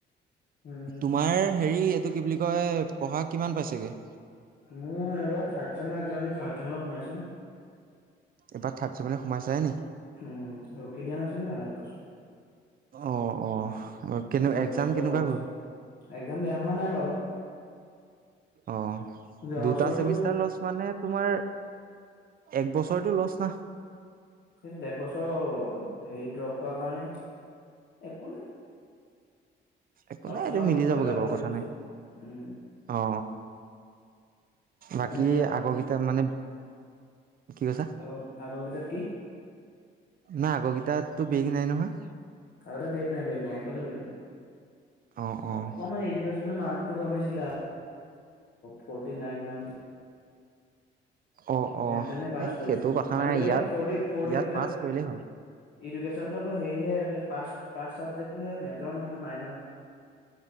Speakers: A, on the left; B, on the right.
A: উম,
B: তোমাৰ হেৰি এইটো কি বুলি কয় পঢ়া কিমান পাইছেগে
A: মোৰ এইবাৰ থাৰ্ড ছেমৰ একজাম দি থাৰ্ড ছেমোলে সোমাইছোহে
B: এইবাৰ থাৰ্ড ছেমলৈ সোমাইছাহে নেকি
A: উম ৰখি দিয়া নাছিলোঁ জানো এক বছৰ
B: অ', অ', কেনে
A: দুটা
B: এক্সাম
A: চেমিষ্টাৰ
B: কেনেকুৱা
A: লষ্ট
B: গ'ল?
A: একজাম বেয়া হোৱা নাই বাৰু
B: অ
A: যোৱা
B: দুটা
A: বছৰতো
B: চেমিষ্টাৰ লছ মানে তোমাৰ এক বছৰতো লছ না
A: সেই এক বছৰ হেৰি ড্ৰপ কৰাৰ কাৰণে একো নাই
B: একো
A: অপচনত
B: নাই এইটো মিলি
A: বস্তু
B: যাবগে
A: এটা
B: বাৰু
A: ঘটি
B: কথা
A: থৈছো।
B: নাই
A: উম,
B: অ অ বাকী
A: মানে এতিয়া
B: আগৰকেইটা মানে কি কৈছা
A: আগ আগৰ কেইটাত কি
B: নাই আগৰকেইটাতো বেগ নাই নহয়
A: আগতে বেগ নাই বেগ নাই এটাতো বেগ নাই
B: অ', অ',
A: অকমান এডুকেশ্যন মাৰ্কটো কমিছিলে থাৰ্টি <unintelligible> নাইন মান
B: অ', অ',
A: যেনে তেনে পাছ
B: এ
A: কৰিছোঁ
B: সেইটো
A: মানে
B: কথা নাই
A: আজিকালি
B: ইয়াত
A: আকৌ ফৰটি ফৰটি
B: ইয়াত পাছ কৰিলেই হ'ল।
A: ইডুকেশ্যনতটো আকৌ হেৰিয়ে পাছ, পাছ চাবজেক্ত তটো সে মেজৰ নহয় টো মাইনৰ